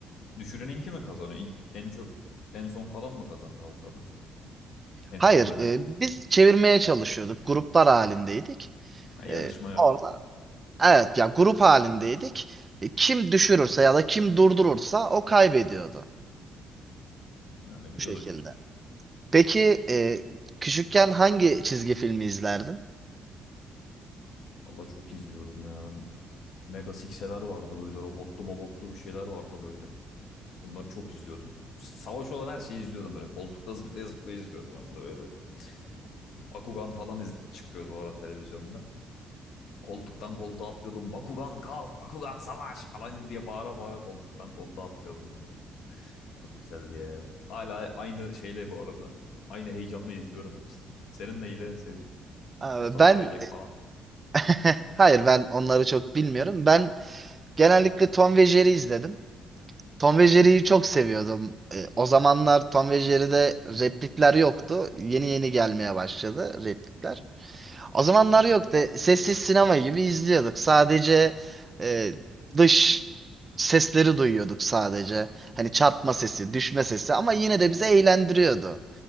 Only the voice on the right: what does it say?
Hayır,
e, biz çevirmeye çalışıyorduk. Gruplar halindeydik.
E,
orada evet ya grup halindeydik. E, kim düşürürse ya da kim durdurursa o kaybediyordu
bu şekilde.
Peki e, küçükken hangi çizgi filmi izlerdin?
Ee,
Ben
<laughs> hayır ben onları çok bilmiyorum. Ben genellikle Tom ve Jerry izledim. Tom ve Jerry'yi çok seviyordum. E, o zamanlar Tom ve Jerry'de replikler yoktu. Yeni yeni gelmeye başladı replikler. O zamanlar yoktu. Sessiz sinema gibi izliyorduk. Sadece e, dış sesleri duyuyorduk sadece. Hani çarpma sesi, düşme sesi ama yine de bizi eğlendiriyordu.